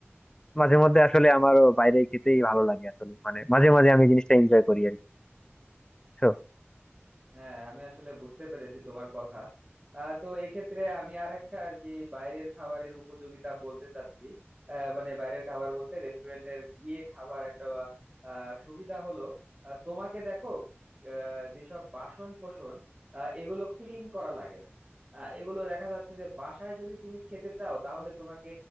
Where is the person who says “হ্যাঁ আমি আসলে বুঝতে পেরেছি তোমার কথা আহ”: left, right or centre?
Right